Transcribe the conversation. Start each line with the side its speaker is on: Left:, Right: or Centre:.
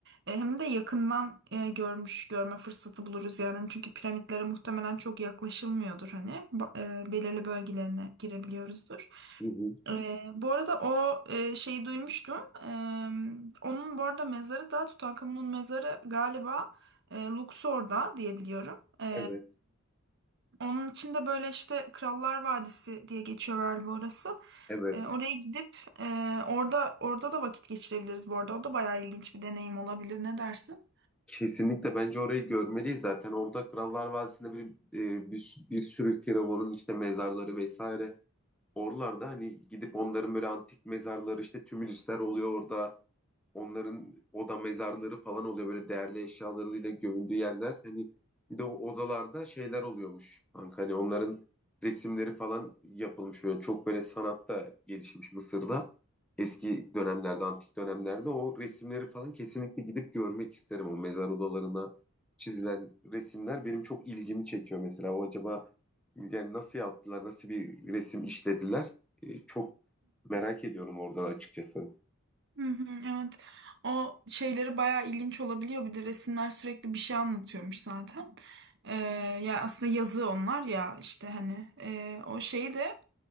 Right: E, Hem de yakından e, görmüş görme fırsatı buluruz yani Hani çünkü piramitlere muhtemelen çok yaklaşılmıyordur hani Ba- e, belirli bölgelerine girebiliyoruzdur.
Centre: Hı hı.
Right: E, bu arada o e, şeyi duymuştum. E, onun bu arada mezarı da Tutankamon'un mezarı galiba e, Luxor'da diyebiliyorum. E,
Centre: Evet,
Right: onun için de böyle işte Krallar Vadisi diye geçiyor galiba orası.
Centre: evet.
Right: E, oraya gidip e, orada orada da vakit geçirebiliriz bu arada. O da bayağı ilginç bir deneyim olabilir. Ne dersin?
Centre: Kesinlikle bence orayı görmeliyiz zaten. Orada Krallar Vadisi'nde bir, e, bir, bir sürü firavunun işte mezarları vesaire. Oralarda hani gidip onların böyle antik mezarları işte tümülüsler oluyor orada. Onların oda mezarları falan oluyor böyle değerli eşyalarıyla gömüldüğü yerler. Hani bir de o odalarda şeyler oluyormuş kanka. Hani onların resimleri falan yapılmış böyle çok böyle sanatta gelişmiş Mısır'da. Eski dönemlerde, antik dönemlerde o resimleri falan kesinlikle gidip görmek isterim. O mezar odalarına çizilen resimler benim çok ilgimi çekiyor mesela. O acaba yani nasıl yaptılar, nasıl bir resim işlediler? E, çok merak ediyorum orada açıkçası.
Right: Hı hı, evet. O şeyleri bayağı ilginç olabiliyor. Bir de resimler sürekli bir şey anlatıyormuş zaten. Ee, ya aslında yazı onlar ya işte hani Ee, o şeyi de